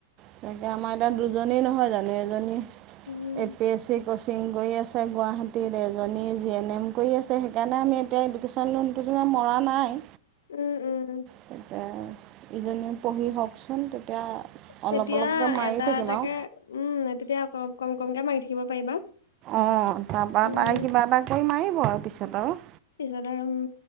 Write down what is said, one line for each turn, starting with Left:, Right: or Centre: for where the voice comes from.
Right: তাকে আমাৰ এতিয়া দুজনী নহয় জানো এজনী এ
Left: উম
Right: পি এছ চি কোচিং কৰি আছে গুৱাহাটীত এজনী জি এন এম কৰি আছে, সেইকাৰণে আমি এতিয়া এডুকেশ্যন লোনটো পোৰা মৰা নাই
Left: উম উম'
Right: তেতিয়া ইজনী পঢ়ি হওকচোন তেতিয়া অলপ
Left: তেতিয়া
Right: অলপকৈ মাৰি
Left: এটা
Right: থাকিম
Left: এটাকে
Right: আৰু
Left: উম তেতিয়া অ কম কমকে মাৰি থাকিব পাৰিবা।
Right: অঁ তাৰপা
Left: উম
Right: পাই কিবা এটা কৰি মাৰিব আৰু পিছত আৰু।
Left: পিছত আৰু